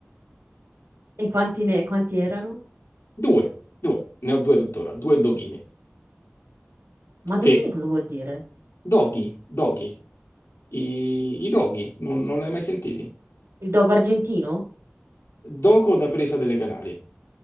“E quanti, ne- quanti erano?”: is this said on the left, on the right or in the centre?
Right